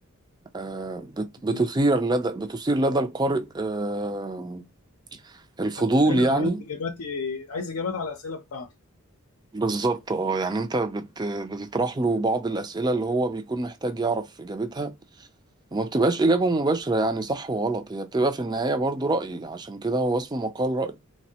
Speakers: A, on the right; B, on the left.
A: آه، بت-
B: مم.
A: بتثير لدى بتثير لدى القارئ آه، الفضول
B: أسئلة
A: يعني
B: عايز اجاباتي عايز اجابات على الأسئلة بتاعتك
A: بالظبط اه يعني انت بت... بتطرح له بعض الاسئله اللي هو بيكون محتاج يعرف اجابتها وما بتبقاش اجابه مباشره يعني صح وغلط هي بتبقى في النهايه برضو راي عشان كده هو اسمه مقال راي